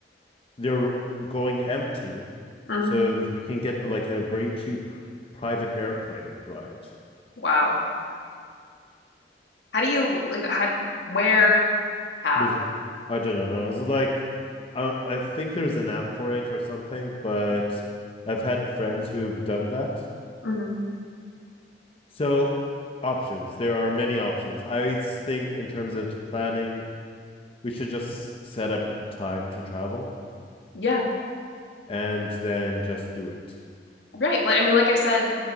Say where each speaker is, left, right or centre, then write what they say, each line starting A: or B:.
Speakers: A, on the left; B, on the left.
A: they're going empty,
B: Mm-hmm.
A: so you can get like a very cheap private airplane ride.
B: Wow. How do you like how where how?
A: There's, I don't know. It's like, I I think there's an app for it or something, but I've had friends who've done that.
B: Mm-hmm.
A: So options. There are many options. I think in terms of planning, we should just set up time to travel
B: Yeah.
A: and then just do it.
B: Right. Like I mean, like I said,